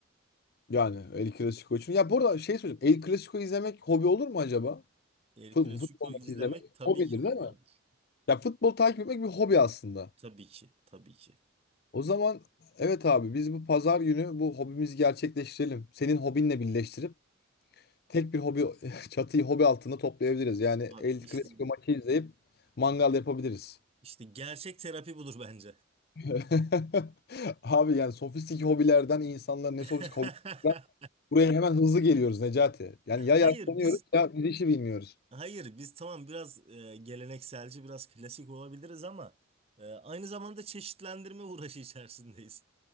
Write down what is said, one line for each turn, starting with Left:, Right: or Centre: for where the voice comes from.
Left: Yani El Clasico için. Ya burada şey söyleyeceğim. El Clasico izlemek hobi olur mu acaba?
Right: El
Left: Fut-
Right: Clasico
Left: Futbol maçı
Right: izlemek
Left: izlemek
Right: tabii
Left: hobidir
Right: ki hobi
Left: değil mi?
Right: olur.
Left: Ya futbol takip etmek bir hobi aslında.
Right: Tabii ki, tabii ki.
Left: O zaman evet abi biz bu pazar günü bu hobimizi gerçekleştirelim. Senin hobinle birleştirip tek bir hobi <laughs> çatıyı hobi altında toplayabiliriz. Yani
Right: Abi
Left: El
Right: işte
Left: Clasico maçı izleyip mangal yapabiliriz.
Right: işte gerçek terapi budur bence.
Left: <laughs> Abi yani sofistik hobilerden insanlar ne
Right: <laughs>
Left: sofistik hobilerden buraya hemen hızlı geliyoruz Necati. Yani ya yaşlanıyoruz
Right: Hayır biz
Left: ya bir işi bilmiyoruz.
Right: hayır biz tamam biraz e, gelenekselci biraz klasik olabiliriz ama e, aynı zamanda çeşitlendirme uğraşı içerisindeyiz.